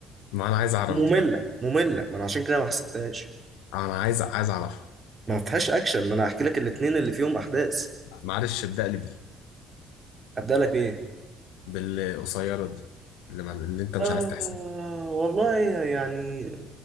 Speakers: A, on the left; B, on the right.
A: ما انا عايز اعرف
B: ممله
A: دي بقى
B: ممله ما انا عشان كده ما حسبتهاش
A: انا عايز عايز اعرفها
B: ما فيهاش اكشن ما انا هحكي لك الاثنين اللي فيهم احداث
A: معلش ابدا لي بدي
B: ابدا لك بايه
A: بالقصيرة دي اللي, مع... اللي انت مش
B: آه
A: عايز تحسبها
B: والله يعني